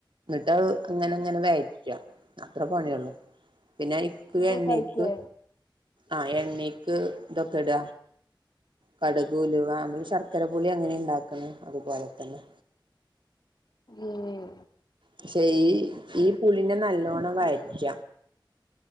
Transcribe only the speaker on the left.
എന്താ
കഴിക്കേ
ഏഹ്